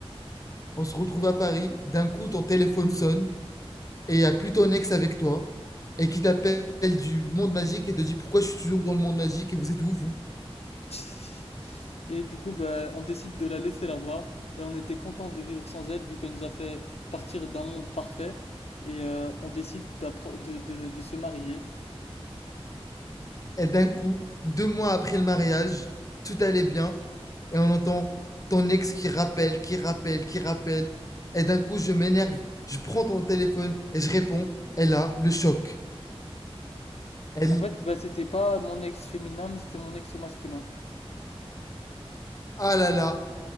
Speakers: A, on the left; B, on the left.
A: On se retrouve à Paris. D'un coup, ton téléphone sonne et il n'y a plus ton ex avec toi et qui t'appelle du monde magique et te dit pourquoi je suis toujours dans le monde magique et vous êtes où vous
B: <laughs> Et du coup, ben, on décide de la laisser là-bas. Et on était content de vivre sans elle, vu qu'elle nous a fait partir d'un monde parfait. Et euh, on décide d'appro- de, de- de se marier.
A: Et d'un coup, deux mois après le mariage, tout allait bien et on entend ton ex qui rappelle, qui rappelle, qui rappelle. Et d'un coup, je m'énerve, je prends ton téléphone et je réponds. Et là, le choc. Elle
B: En
A: me-
B: fait, ben, c'était pas mon ex féminin, mais c'était mon ex au masculin.
A: Ah là là,